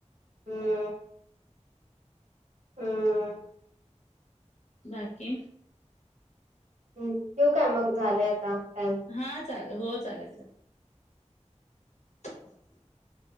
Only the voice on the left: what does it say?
बाकी?
हा चालेल, हो चालेल चालेल. <inaudible>